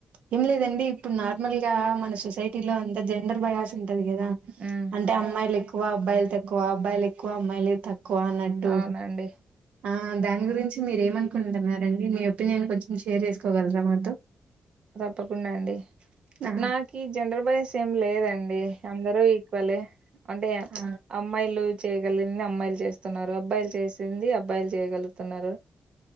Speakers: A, on the right (about 80°); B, on the right (about 50°).
A: ఏం లేదండి. ఇప్పుడు నార్మల్ గా మన సొసైటీ లో అంత జెండర్ బయాస్ ఉ ది కదా
B: ఉమ్
A: అంటే అమ్మాయిలు ఎక్కువ ఓ అబ్బాయిలు తక్కువ అబ్బాయి ఎక్కువ అమ్మాయిలె తక్కు కోనట్టు
B: అవునండి
A: ఆ దాని గురించి మీరేమ అనుకుంటున్నారండి. మీ ఒపీనియన్ కొంచెం షేర్ చేసుకోగలరా మాతో
B: తప్పకుండా అండి.
A: ఆ
B: నాకు ఈ జెండర్ బయస్ ఏం లేదండి. అందరూ ఈక్వలే అంటే
A: ఆ
B: చ్ అమ్మాయిలు చేయగలిగింది అమ్మాయిలు చేస్తున్నారు. అబ్బాయిలు చేసింది. అబ్బాయిలు చేయగలుగుతున్నారు.